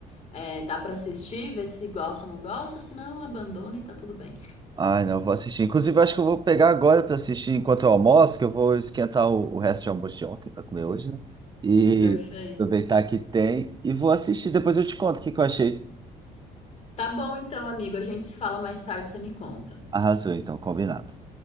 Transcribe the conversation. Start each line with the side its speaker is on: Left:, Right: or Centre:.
Left: é, dá pra assistir, ver se gosta ou não gosta, senão abandona e tá tudo bem.
Right: ai, não, eu vou assistir. Inclusive, eu acho que eu vou pegar agora para assistir enquanto eu almoço, que eu vou esquentar o, o resto de almoço de ontem para comer hoje, né? E
Left: Perfeito.
Right: aproveitar que tem e vou assistir. Depois eu te conto o que que eu achei.
Left: Tá bom então, amigo, a gente se fala mais tarde, você me conta.
Right: Arrasou, então, combinado.